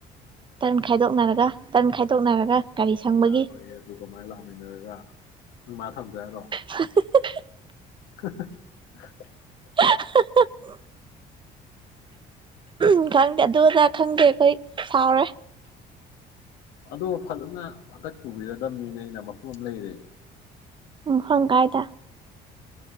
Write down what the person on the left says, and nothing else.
ꯅꯈꯣꯏꯌꯦ ꯑꯗꯨ ꯀꯃꯥꯏꯅ ꯂꯥꯛꯃꯤꯟꯅꯔꯒ ꯊꯕꯖꯔꯣ
<inaudible>
ꯑꯗꯣ ꯐꯖꯅ ꯍꯟꯗꯛ ꯄꯨꯕꯤꯔꯗꯕꯅꯤꯅꯦ ꯑꯩꯅ ꯃꯐꯝ ꯑꯃ ꯂꯩꯔꯦ